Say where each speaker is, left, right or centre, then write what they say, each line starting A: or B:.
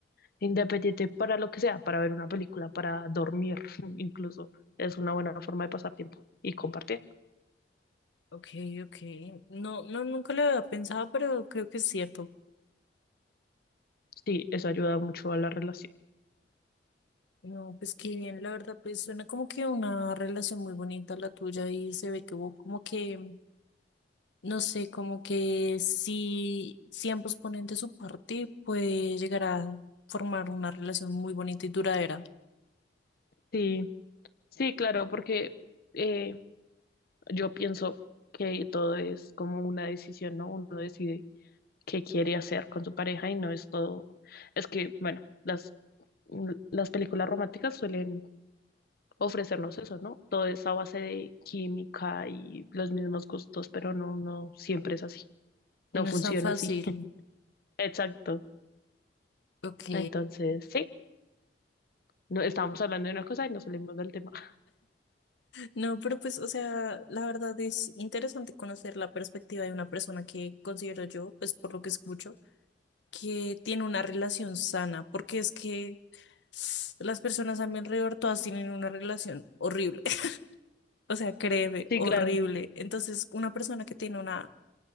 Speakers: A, on the left; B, on the left.
A: independiente para lo que sea, para ver una película, para dormir, <laughs> incluso es una buena forma de pasar tiempo y compartir.
B: Okay, okay. No, no, nunca lo había pensado, pero creo que es cierto.
A: Sí, eso ayuda mucho a la relación.
B: No, pues qué bien, la verdad, pues suena como que una relación muy bonita la tuya y se ve que hubo como que No sé, como que si, si ambos ponen de su parte, puede llegar a formar una relación muy bonita y duradera.
A: Sí, sí, claro, porque eh, yo pienso que todo es como una decisión, ¿no? Uno decide qué quiere hacer con su pareja y no es todo, es que, bueno, las l- las películas románticas suelen ofrecernos eso, ¿no? Todo es a base de química y los mismos gustos, pero no, no siempre es así. No
B: No
A: funciona
B: es tan fácil.
A: así. <laughs> Exacto.
B: Ok.
A: Entonces, sí, no, estábamos hablando de una cosa y nos salimos del tema. <laughs>
B: No, pero pues, o sea, la verdad es interesante conocer la perspectiva de una persona que considero yo, pues por lo que escucho. que tiene una relación sana, porque es que las personas a mi alrededor todas tienen una relación horrible, <laughs> o sea, créeme,
A: Sí,
B: horrible.
A: claro,
B: Entonces, una persona que tiene una,